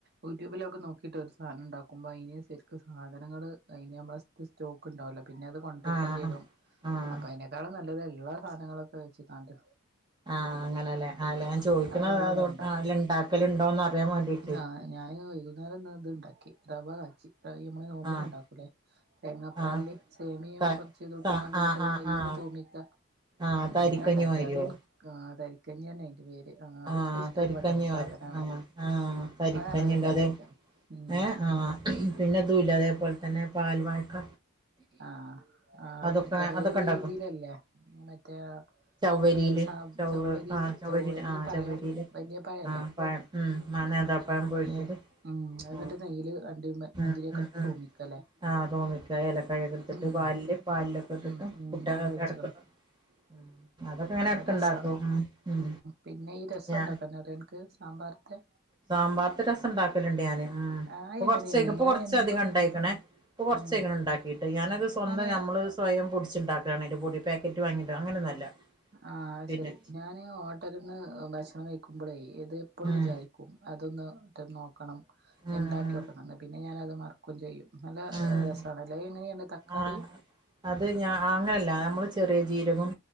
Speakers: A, on the right; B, on the right.
A: യൂട്യൂബിലൊക്കെ നോക്കിട്ട് ഒരു സാനം ഇണ്ടാക്കുമ്പോ അയിന് സര്ക്ക് സധനങ്ങള് അയിന് നമ്മള സ്റ്റോക്ക് ഉണ്ടാവൂല്ല. പിന്നെ അത് കൊണ്ടയിക്കേണ്ടിരും
B: ആഹ് ആഹ്
A: അപ്പൊ അയിനേക്കാളും നല്ലത് ഇള്ള സാധനങ്ങളൊക്കെ വെച്ച് കാണ്ട്
B: ആഹ് അങ്ങനെയല്ലേ അല്ല ഞാ ചോദിക്കണത്
A: അതുകളൊന്നും
B: അതൊ അല്ല ണ്ടാക്കലുണ്ടോ അറിയാൻ വേണ്ടിട്ട്
A: ആ ഞാനി വൈകുന്നേരം ന്ന ഇത് ഇണ്ടാക്കി. റവ കാച്ചി ഈ അമ്മള് നോമ്പിൻ
B: ആഹ്
A: ഉണ്ടാക്കൂല്ലേ തേങ്ങാ പാൽല്
B: ആഹ്
A: സേമിയും
B: ത
A: കൊറച്ച് ഇതും ഇട്ട്
B: ത
A: എന്നിട്ട്
B: ആഹ്
A: അത്
B: ആഹ്
A: നെയ്യ്
B: ആഹ്
A: ൽ തൂമിക്ക
B: ആഹ് തരിക്കഞ്ഞി
A: അങ്ങനെ ഉണ്ടാക്കി
B: മാരിയോ
A: അത് ആഹ് തരിക്കഞ്ഞാണയിന്റെ പേര് അതൊക്കെ
B: ആഹ്
A: ഇഷ്ടപ്പെട്ട
B: തരിക്കഞ്ഞി
A: ഒരു സാധനാണ്
B: പോര ആഹ് ആഹ് തരിക്കഞ്ഞി
A: അത് നല്ലൊരു
B: ണ്ട്
A: ടേസ്റ്റ് ഉം
B: ഏഹ് ആഹ് പിന്നെതൂല അതേപോലെ തന്നെ പാൽവായക്ക.
A: ആഹ് ആഹ് അതെനിക്കറിയാം
B: അതൊക്കെ അതൊക്കെ ഇണ്ടാക്കും
A: ഈ ഇതിലല്ലേ മറ്റേ
B: ചൗവരിയില്
A: ഏഹ് സ
B: ചൗവ
A: ചൗവരിയില്
B: ആഹ് ചൗവരി
A: ചൗവരിയില്
B: ആഹ്
A: പഴം
B: ചൗരിയില്
A: വലിയ പഴല്ലേ
B: ആ പഴം ഉമ് ആ നേന്ത്രപ്പഴം പുഴുങ്ങിയത്
A: ഉമ് അത്
B: ഉം
A: എന്നിട്ട് നെയ്യല് അണ്ടി മുന്തിരിയൊക്കെ
B: ഉം ഉം
A: ഇട്ട്
B: ഉം
A: തൂമിക്കല്ലേ
B: ആഹ് തൂമിക്ക ഏലക്കായൊക്കെ എടുത്തിട്ട്
A: ഉം
B: പാലില് പാലിലൊക്കെ
A: ഉം
B: ഇട്ട്
A: ഉം ഞാൻ കഴിച്ച്ക്ക്ണ്
B: ട്ട് <unintelligible> ഉം അതൊക്കെ ഇങ്ങനെ
A: അത്
B: എടക്ക്
A: രസാണ്
B: ഇണ്ടാക്കും ഉം ഉം
A: പിന്നെ ഈ രസം
B: ഞാ
A: ഉണ്ടാക്കാൻ അറിയൊ അൻക്ക് സാമ്പാറിത്തെ
B: സാമ്പാർത്തെ രസം ഉണ്ടാക്കലുണ്ട് ഞാന് ഉം
A: അത്
B: ഇപ്പൊ
A: എങ്ങനെയാണ്
B: കൊർച്ചയിക്ക് ഇപ്പൊ
A: ഞാൻ
B: കൊർച്ച
A: എന്നും
B: അധികം ഇണ്ടായിക്ക്ണേ. ഇപ്പം കൊർച്ചായിക്ക്ണ്
A: ഉം
B: ഇണ്ടാ കീട്ട് ഞാനത് സ്വന്തം
A: ഞാന്
B: ഞമ്മള് സ്വയം പൊടിച്ചുണ്ടാക്കാണ് അയ്ൻ്റെ പൊടി പേക്കറ്റ് വാങ്ങിട്ട് അങ്ങനൊന്നല്ല.
A: ആഹ് അത്
B: പിന്നെ
A: ശരി ഞാന് ഹോട്ടൽന്ന് ഭക്ഷണം കഴിക്കുമ്പോളേ ഇത് എപ്പോളും
B: ഉം
A: വിചാരിക്കും അതൊന്ന് നോക്കണം
B: ഉം
A: ഇണ്ടാക്കി
B: ഉം
A: ക്കോക്കണം പിന്നെ ഞാനത് മറക്കും ചെയ്യും. നല്ല
B: ഉം
A: രസാണ് ല്ലേ എങ്ങനെയണ്ട് തക്കാളിയും
B: ആഹ് അത് ഞ അങ്ങനെയല്ല നമ്മള് ചെറിയ ജീരകവും